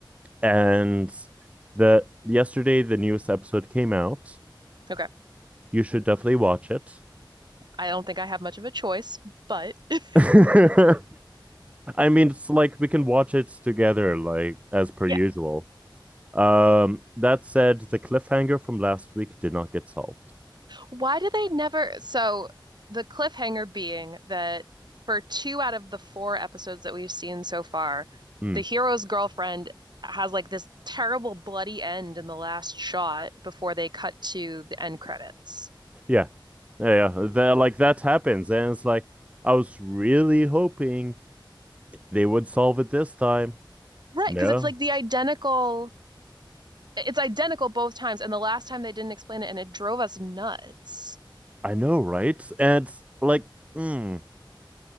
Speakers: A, on the right; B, on the right.
A: And the yesterday the newest episode came out.
B: Okay.
A: You should definitely watch it.
B: I don't think I have much of a choice, but <laughs>
A: <laughs> I mean, it's like we can watch it together, like as per
B: yeah.
A: usual. Um, that said, the cliffhanger from last week did not get solved.
B: Why do they never? So, the cliffhanger being that for two out of the four episodes that we've seen so far,
A: Mm.
B: the hero's girlfriend has like this terrible bloody end in the last shot before they cut to the end credits.
A: Yeah. Yeah, yeah. That, like that happens. And it's like, I was really hoping they would solve it this time.
B: Right,
A: No.
B: because it's like the identical, it's identical both times, and the last time they didn't explain it, and it drove us nuts.
A: I know, right? And like, mm,